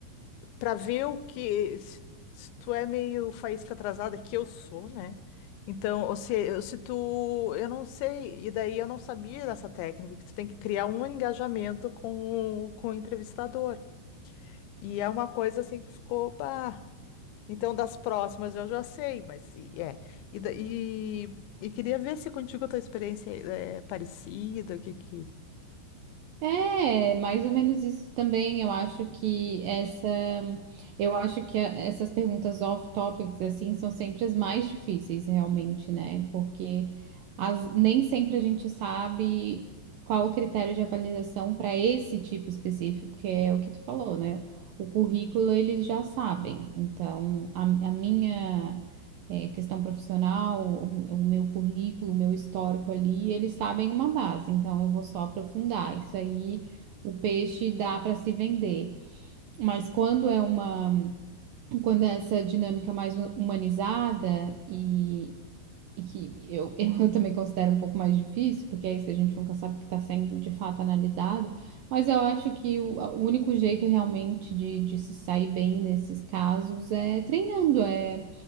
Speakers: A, on the left; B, on the right.
A: para ver o que se, se tu é meio faísca atrasada que eu sou, né? Então, ou se, eu- se tu, eu não sei, e daí eu não sabia dessa técnica que tu tem que criar um engajamento com, o- com o entrevistador. E é uma coisa assim que ficou, bah. Então, das próximas eu já sei, mas e- é. E, da- e, e queria ver se contigo a tua experiência eh, é parecida, o que que
B: É, mais ou menos isso também. Eu acho que essa, eu acho que a- essas perguntas off-topics assim são sempre as mais difíceis, realmente, né? Porque as, nem sempre a gente sabe qual o critério de avaliação para esse tipo específico, que é o que tu falou, né? O currículo eles já sabem. Então, a, a minha é, questão profissional, o, o meu currículo, o meu histórico ali, eles sabem uma base, então eu vou só aprofundar. Isso aí, o peixe dá para se vender. Mas quando é uma, quando é essa dinâmica mais hu- humanizada e e que eu, <laughs> eu também considero um pouco mais difícil, porque é isso, a gente nunca sabe o que está sendo de fato analisado, mas eu acho que o, o único jeito realmente de, de se sair bem nesses casos é treinando, é,